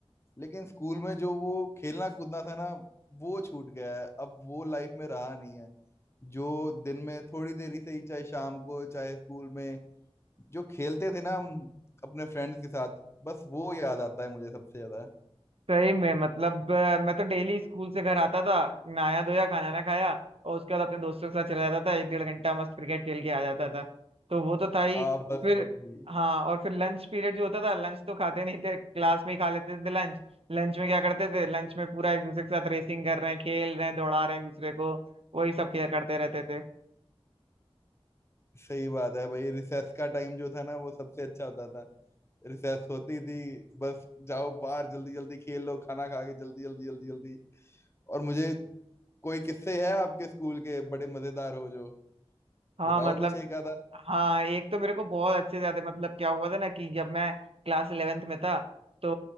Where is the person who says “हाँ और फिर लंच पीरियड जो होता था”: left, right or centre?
Right